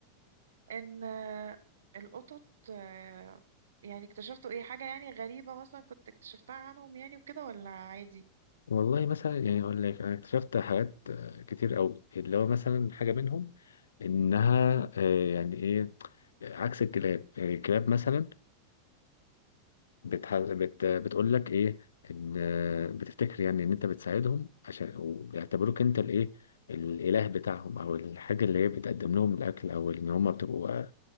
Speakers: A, on the right; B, on the left.
A: ان آه، القطط آه، يعني اكتشفتوا ايه حاجة يعني غريبة مثلا كنت اكتشفتها عنهم يعني وكده ولا عادي
B: والله مثلا يعني اقول لك انا اكتشفت حاجات آه، كتير قوي اللي هو مثلا حاجة منهم انها آه، يعني ايه عكس الكلاب يعني الكلاب مثلا بتح... بت... بتقول لك ايه ان بتفتكر يعني ان انت بتساعدهم عشان وبيعتبروك انت الايه الاله بتاعهم او الحاجه اللي هي بتقدم لهم الاكل او ان هم بتبقوا